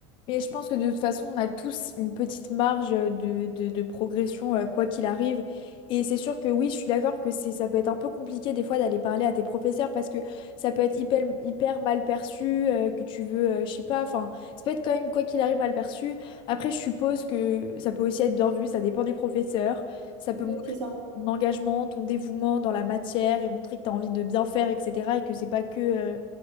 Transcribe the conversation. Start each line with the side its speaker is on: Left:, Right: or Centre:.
Left: Mais je pense que de toute façon, on a tous une petite marge euh, de, de- de progression, euh, quoi qu'il arrive. Et c'est sûr que oui, je suis d'accord que c'est, ça peut être un peu compliqué des fois d'aller parler à tes professeurs parce que ça peut être hyper, hyper mal perçu, euh, que tu veux, euh, je sais pas, enfin, ça peut être quand même, quoi qu'il arrive, mal perçu. Après, je suppose que ça peut aussi être bien vu, ça dépend des professeurs. Ça peut
Right: Ouais,
Left: montrer
Right: C'est ça.
Left: ton engagement, ton dévouement dans la matière et montrer que tu as envie de bien faire, etc. et que c'est pas que, euh,